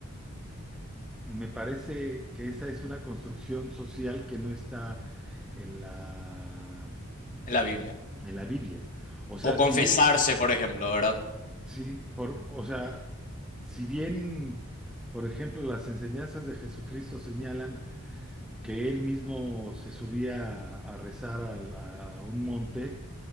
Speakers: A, in the centre; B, on the left (about 35°).
A: me parece que esa es una construcción social que no está en la,
B: En la Biblia.
A: en la Biblia. O sea,
B: O confesarse,
A: si bien,
B: por ejemplo, ¿verdad?
A: si, por, o sea, si bien, por ejemplo, las enseñanzas de Jesucristo señalan que él mismo se subía a, a rezar al- a, un monte,